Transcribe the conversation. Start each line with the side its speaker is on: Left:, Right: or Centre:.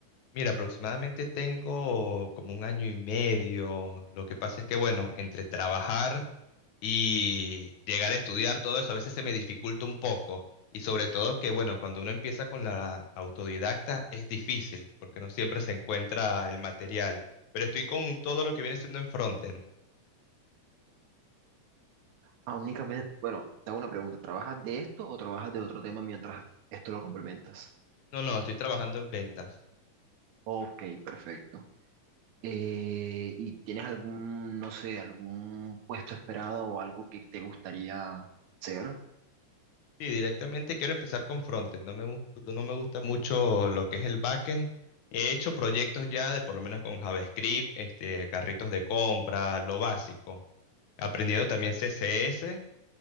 Left: Mira, aproximadamente tengo como un año y medio. Lo que pasa es que, bueno, entre trabajar y llegar a estudiar todo eso, a veces se me dificulta un poco. Y sobre todo que, bueno, cuando uno empieza con la autodidacta es difícil, porque no siempre se encuentra el material. Pero estoy con todo lo que viene siendo en frontend.
Right: Ah, únicamente, bueno, te hago una pregunta. ¿Trabajas de esto o trabajas de otro tema mientras esto lo complementas?
Left: No, no, estoy trabajando en ventas.
Right: Ok, perfecto. Eh, ¿y tienes algún, no sé, algún puesto esperado o algo que te gustaría ser?
Left: Sí, directamente quiero empezar con frontend. No me, gus- no me gusta mucho lo que es el backend. He hecho proyectos ya de por lo menos con JavaScript, este, carritos de compra, lo básico. Aprendiendo también CSS